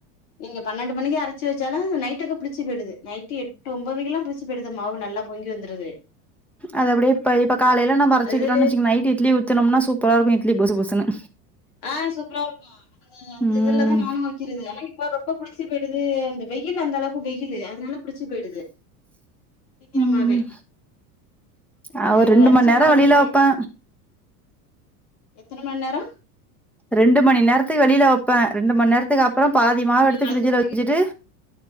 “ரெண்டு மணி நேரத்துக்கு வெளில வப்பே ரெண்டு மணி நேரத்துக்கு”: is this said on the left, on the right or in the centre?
Centre